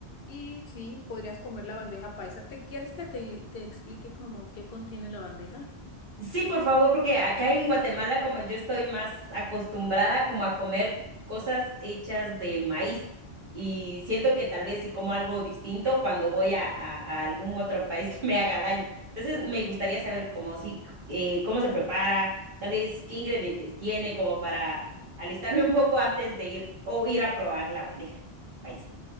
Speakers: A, on the left; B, on the right.
A: y sí, podrías comer la bandeja paisa. ¿Te quieres que te, te explique como qué contiene la bandeja?
B: Sí, por favor, porque acá en Guatemala, como yo estoy más acostumbrada como a comer cosas hechas de maíz y siento que tal vez si como algo distinto cuando voy a, a- a algún otro país <laughs> que me haga daño. Entonces, me gustaría saber cómo si eh, cómo se prepara, tal vez qué ingredientes tiene como para alistarme un poco antes de ir o ir a probar la bandeja paisa.